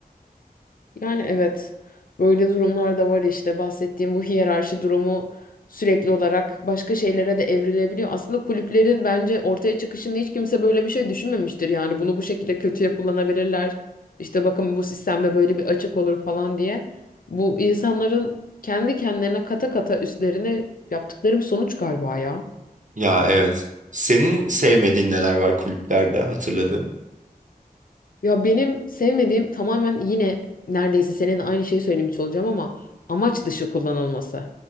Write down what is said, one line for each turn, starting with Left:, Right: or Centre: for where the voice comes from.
Left: Yani evet böyle durumlar da var işte bahsettiğim bu hiyerarşi durumu sürekli olarak başka şeylere de evrilebiliyor. Aslında kulüplerin bence ortaya çıkışında hiç kimse böyle bir şey düşünmemiştir. Yani bunu bu şekilde kötüye kullanabilirler. İşte bakın bu sistemde böyle bir açık olur falan diye. Bu insanların kendi kendilerine kata kata üstlerine yaptıkları bir sonuç galiba ya.
Right: Ya evet. Senin sevmediğin neler var kulüplerde hatırladığın?
Left: Ya benim sevmediğim tamamen yine neredeyse senin aynı şeyi söylemiş olacağım ama amaç dışı kullanılması.